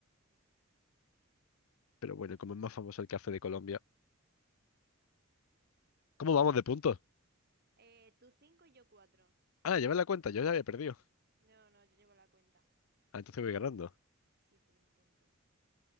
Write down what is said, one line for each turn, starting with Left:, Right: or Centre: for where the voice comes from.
Right: Mm.
Left: Pero bueno, como es más famoso el café de Colombia. ¿Cómo vamos de puntos?
Right: Eh, tú cinco y yo cuatro.
Left: Ah, lleva la cuenta, yo ya había perdido.
Right: No, no, yo llevo la cuenta.
Left: Ah, entonces voy ganando.
Right: Sí, por un punto.